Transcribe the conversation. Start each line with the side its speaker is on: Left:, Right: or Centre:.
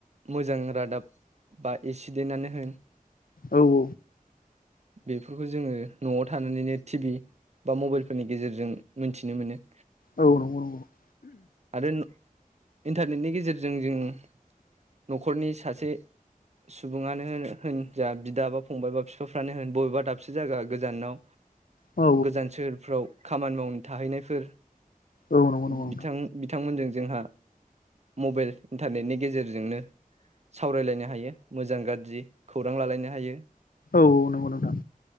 Right: मोजां रादाब बा एक्सिडेन्टआनो होन
Left: औ औ।
Right: बेफोरखौ जोंङो न'आव थानानैनो टि भि बा मबाइलफोरनि गेजेरजों मिथिनो मोनो।
Left: औ नंगौ नंगौ <unintelligible>
Right: आरो इन्टारनेटनि गेजेरजों जों जों न'खरनि सासे सुबुंङानो होन होन जा बिदा बा फंबाय बा बिफाफ्रानो होन बबेबा दाबसे जायगा गोजानाव
Left: औ
Right: गोजान सोहोरफोराव खामानि मावनो थाहैनायफोर।
Left: औ नंगौ नंगौ नोंथां
Right: बिथां बिथांमोनजों जोंहा मबाइल इन्टारनेटनि गेजेरजोंनो सावरायलायनो हायो। मोजां गाज्रि। खौरां लालायनो हायो
Left: औ औ नोंगौ नोंथां।